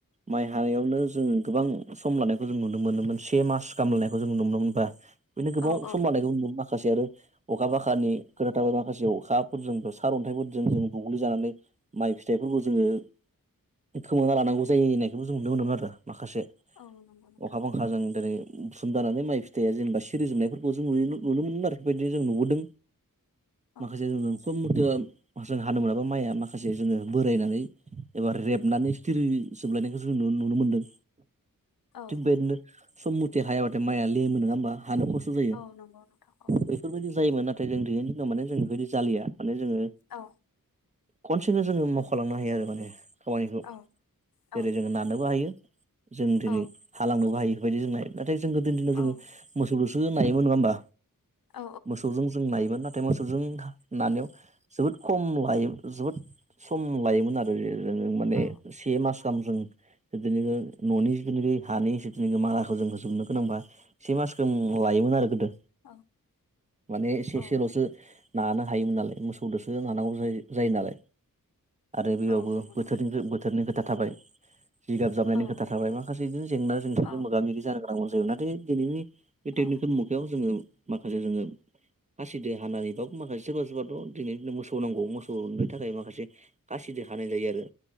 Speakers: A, on the right; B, on the left.
A: माइ हानायावनो जों गोबां सम लानायखौ जों नुनो नुनो मोनोमोन मोन से मास खालामलायनायखौ जों नुनो मोनोमोनब्रा बेनो गोबाव
B: औ
A: सम
B: औ
A: लानायखौ नु माखासे आरो अखा बाखानि खोथाथाबाय माखासे अखाफोरजों सार अन्थाइफोरजों जों बुग्लिजानानै माइ फिथाइफोरखौ जोङो खोमाना लानांगौ जायो होननायखौबो जों नुनो मोनोमोन आरो माखासे
B: औ नंगौ नोंथां
A: अखा बांखाजों दिनै बुथुम दानानै माइ फिथाइया जेनेबा सिरि जोबनायफोरखौ जों नुयो नुनो मोनोन आरोखि बेबायदिनो जों नुबोदों
B: औ
A: माखासे जों खम जोङो जों हानो मोनाबा माइआ माखासे जोङो बोरायनानै एबा रेबनानै सिरि जोब लायनायखौ जों नु नुनो मोनदों
B: औ
A: थिग बेबायदिनो सम मथि हायाबाथाय माइआ लेमो नङा होमबा हानो खस्थ' जायो
B: औ नंगौ नोंथां औ
A: बैफोरबायदि जायोमोन नाथाय जों दिनैनि दिनाव माने जों बेबायदि जालिया माने जोङो
B: औ
A: खनसेनो जोङो मावखालांनो हायो आरो माने खामानिखौ जेरै
B: औ औ
A: जोङो नानोबो हायो जों दिनै
B: औ
A: हालांनोबो हायो बेफोरबायदि जों नाथाय जोङो गोदोनि दिनाव जोङो
B: औ
A: मोसौजोसो जोङो नायोमोन नङा होमबा
B: औ
A: मोसौजों जों नायोमोन नाथाय मोसौजों नानायाव जोबोद खम लायो जोबोद सम लायोमोन आरो माने
B: औ
A: से मास गाहाम जों बिदिनो न'नि जिथुनाखि हानि इसेखिनिखौ माराखौ जों फोजोबनो गोनांबा से मासखौ लायोमोन आरो गोदो
B: औ
A: माने से
B: औ
A: से लसो नानो हायोमोन नालाय मोसौदोसो नानांगौ जायो जायो नालाय आरो बेयावबो
B: औ नंगौ
A: बोथोरनिफ्राय
B: नोंथां
A: बोथोरनि खोथा थाबाय जिगाब जाबनायनि
B: औ
A: खोथा थाबाय माखासे जेंना जेंसिजों
B: औ
A: मोगा मोगि जानो गोनांबो जायो नाथाय दिनैनि बे
B: औ
A: टेकनिकेल मुगायाव जोङो माखासे जोङो खासिदो हानानै बा माखासे सोरबा सोरबाथ' दिनैनि दिनाव मोसौ नांगौ मोसौनि थाखाय माखासे खासि देर हानाय जायो आरो